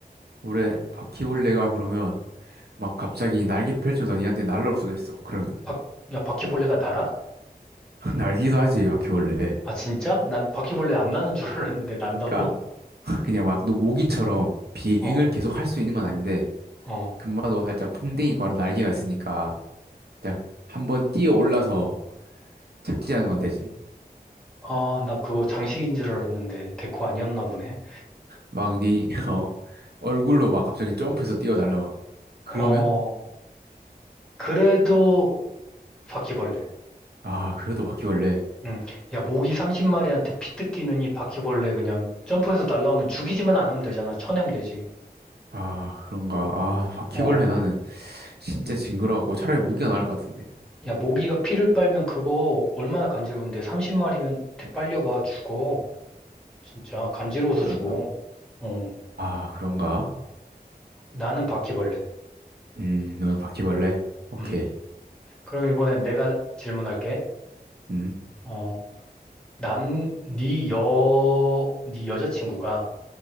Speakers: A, on the right (about 80°); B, in the centre.
A: 올해 바퀴벌레가 그러면 막 갑자기 날개 펼쳐서 니한테 날아올 수도 있어. 그러면
B: 바, 야, 바퀴벌레가 날아?
A: <laughs> 날기도 하지, 바퀴벌레.
B: 아, 진짜? 난 바퀴벌레 안 나는 줄 알았는데 난다고?
A: 그러니까 <laughs> 그냥 막 너 모기처럼 비행을
B: 어,
A: 계속 할 수 있는 건 아닌데
B: 어.
A: 금마도 살짝 풍뎅이과라 날개가 있으니까 딱 한번 뛰어 올라서 착지한 건 되지.
B: 아, 나 그거 장식인 줄 알았는데 데코 아니었나 보네.
A: 막 네, <laughs> 어, 얼굴로 막 갑자기 점프해서 뛰어달라 막. 그러면?
B: 어, 그래도 바퀴벌레.
A: 아, 그래도 바퀴벌레.
B: 응. 야, 모기 30마리한테 피 뜯기느니 바퀴벌레 그냥 점프해서 날라오면 죽이지만 않으면 되잖아. 쳐내면 되지.
A: 아, 그런가. 아, 바퀴벌레
B: 어.
A: 나는 진짜 징그러워갖고 차라리 모기가 나을 것 같은데.
B: 야, 모기가 피를 빨면 그거 얼마나 간지러운데 30마리면 대 빨려봐. 죽어. 진짜 간지러워서
A: 그런가.
B: 죽어. 어.
A: 아, 그런가.
B: 나는 바퀴벌레.
A: 음, 너는 바퀴벌레? 오케이.
B: 음. 그럼 이번엔 내가 질문할게.
A: 음,
B: 어, 남, 네 여, 네 여자친구가,